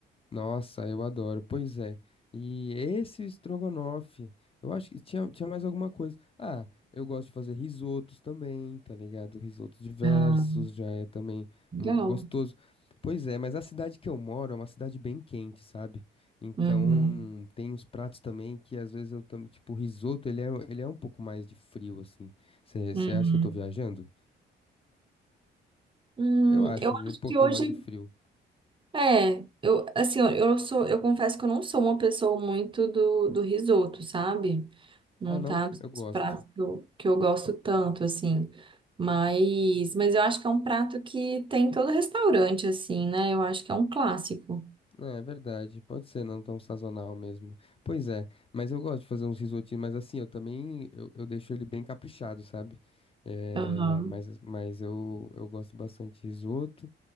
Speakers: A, on the left; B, on the right.
A: Nossa, eu adoro. Pois é. E esse estrogonofe, eu acho que tinha, tinha mais alguma coisa. Ah, eu gosto de fazer risotos também, tá ligado? Risotos diversos
B: Ah,
A: já é também
B: legal.
A: hum, gostoso. Pois é, mas a cidade que eu moro é uma cidade bem quente, sabe? Então,
B: Uhum,
A: tem uns pratos também que às vezes eu também, tipo, o risoto, ele é, ele é um pouco mais de frio, assim. Você
B: uhum.
A: acha que eu tô viajando?
B: Hum,
A: Eu acho,
B: eu
A: ele
B: acho
A: é um pouquinho
B: que hoje.
A: mais de frio.
B: É, eu assim, eu, eu sou, eu confesso que eu não sou uma pessoa muito do, do risoto, sabe? Não
A: Ah, não,
B: tá nos
A: eu gosto.
B: pratos que eu, que eu gosto tanto, assim. Mas, mas eu acho que é um prato que tem em todo restaurante, assim, né? Eu acho que é um clássico.
A: É é verdade, pode ser não tão sazonal mesmo. Pois é, mas eu gosto de fazer uns risotinhos, mas assim, eu também, eu, eu deixo ele bem caprichado, sabe? É,
B: Aham,
A: mas mas eu, eu gosto bastante de risoto.